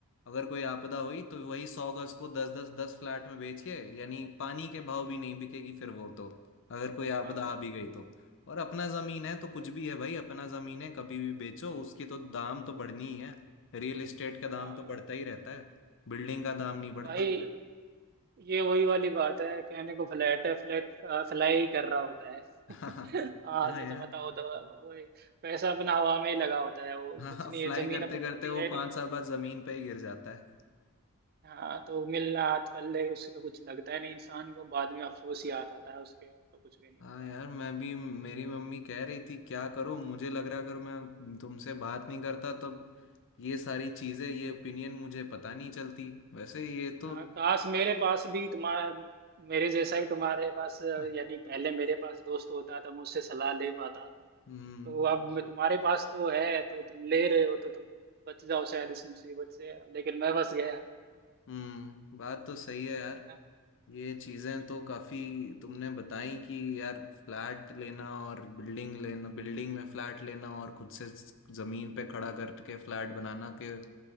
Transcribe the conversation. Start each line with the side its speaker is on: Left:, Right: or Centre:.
Left: अगर कोई आपदा हुई तो वही सौ गज को दस दस दस फ्लैट में बेच के यानी पानी के भाव भी नहीं बिकेगी फिर वो तो। अगर कोई आपदा
Right: हाँ
Left: आ भी गई तो और अपना जमीन है तो कुछ
Right: वही
Left: भी
Right: तो।
Left: है भाई अपना जमीन है कभी भी बेचो उसकी तो दाम तो बढ़नी ही है रियल एस्टेट का दाम
Right: हाँ
Left: तो बढ़ता ही रहता है बिल्डिंग का दाम नहीं बढ़ता
Right: भाई ये वही वाली बात है कहने को फ्लैट है फ्लैट फ्लाई ही कर रहा होता है
Left: <laughs>
Right: <laughs> हाँ
Left: हाँ
Right: सच
Left: यार
Right: बताओ तो वही पैसा अपना हवा में ही लगा होता है वो
Left: हाँ
Right: कुछ नहीं
Left: फ्लाई
Right: है जमीन
Left: करते
Right: अपनी
Left: करते
Right: होती
Left: वो
Right: है नहीं
Left: पांच साल बाद जमीन पे ही गिर जाता है
Right: हाँ तो मिलना हाथ पल्ले उसका कुछ लगता है नहीं इंसान को बाद में अफसोस ही याद आता है उसके और तो कुछ भी नहीं
Left: हाँ
Right: होता
Left: यार मैं भी मेरी मम्मी कह रही थी क्या करूँ मुझे लग रहा अगर मैं तुमसे बात नहीं करता तब ये सारी चीजें ये ओपिनियन मुझे पता नहीं चलती वैसे ये तो
Right: हाँ काश मेरे पास भी तुम्हारा मेरे जैसा ही तुम्हारे पास
Left: हाँ,
Right: यदि पहले मेरे पास दोस्त होता तो मुझसे सलाह ले पाता
Left: हम्म
Right: तो अब मैं तुम्हारे पास तो है तो तुम ले रहे हो तो तुम बच जाओ शायद इस मुसीबत से लेकिन मैं बच गया
Left: हम्म बात तो सही है यार
Right: है ना
Left: ये चीजें
Right: हम्म।
Left: तो काफी तुमने बताई कि यार फ्लैट लेना और बिल्डिंग लेना बिल्डिंग में फ्लैट लेना और खुद से जमीन पे खड़ा करके फ्लैट बनाना के